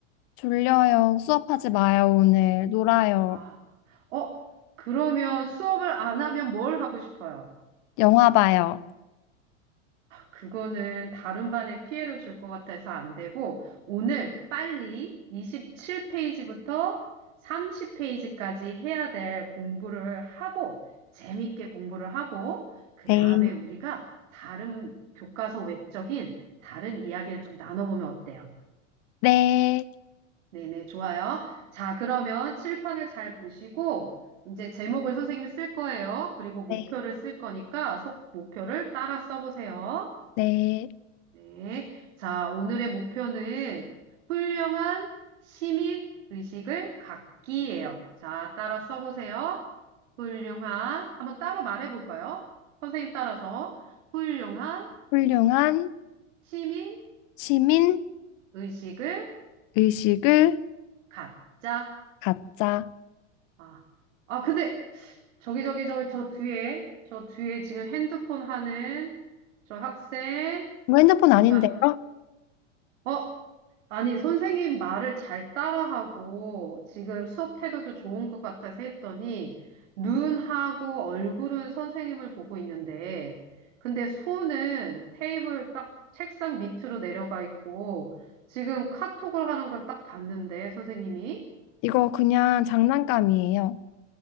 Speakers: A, on the left; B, on the right.
A: 졸려요. 수업하지 마요, 오늘. 놀아요.
B: 아, 어, 그러면 수업을 안 하면 뭘 하고 싶어요?
A: 영화 봐요.
B: 그거는 다른 반에 피해를 줄 것 같아서 안 되고, 오늘 빨리 27페이지부터 30페이지까지 해야 될 공부를 하고, 재밌게 공부를 하고, 그
A: 네,
B: 다음에 우리가 다른 교과서 외적인 다른 이야기를 좀 나눠보면 어때요?
A: 네,
B: 네네, 좋아요. 자, 그러면 칠판을 잘 보시고, 이제 제목을 선생님이 쓸 거예요. 그리고 목표를
A: 네,
B: 쓸 거니까, 속 목표를 따라 써보세요.
A: 네.
B: 네. 자, 오늘의 목표는 훌륭한 시민 의식을 갖기예요. 자, 따라 써보세요. 훌륭한, 한번 따로 말해볼까요? 선생님 따라서 훌륭한
A: 훌륭한
B: 시민
A: 시민
B: 의식을
A: 의식을
B: 갖자.
A: 갖자.
B: 아, 아, 근데 저기, 저기, 저, 저 뒤에, 저 뒤에 지금 핸드폰 하는 저 학생.
A: 이거 핸드폰 아닌데요?
B: 자, 어? 아니, 선생님 말을 잘 따라하고 지금 수업 태도도 좋은 것 같아서 했더니 눈하고 얼굴은 선생님을 보고 있는데 근데 손은 테이블 딱 책상 밑으로 내려가 있고 지금 카톡을 하는 걸 딱 봤는데 선생님이
A: 이거 그냥 장난감이에요.